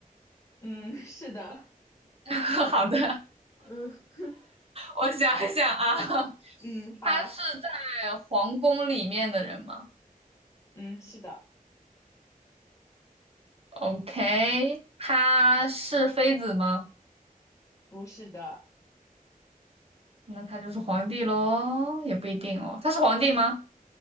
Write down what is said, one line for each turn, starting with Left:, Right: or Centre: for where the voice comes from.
Left: 嗯，是的，
Right: <laughs> 好的，
Left: 嗯
Right: 我想一想啊，<laughs>
Left: <laughs> 嗯，
Right: 他是在皇宫里面的人吗
Left: 好，嗯，是的，
Right: ？OK，他是妃子吗？
Left: 不是的，
Right: 那他就是皇帝喽，也不一定哦。他是皇帝吗？